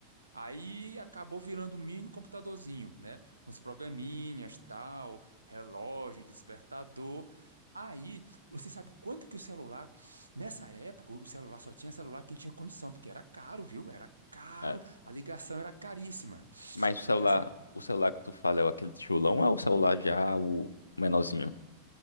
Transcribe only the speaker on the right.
Aí acabou virando um mini computadorzinho, né? Com os programinhas, tal, relógio, despertador. Aí, você sabe quanto que o celular, nessa época, o celular só tinha celular quem tinha condição, porque era caro, viu? Era caro
a ligação era caríssima.
A
ligação,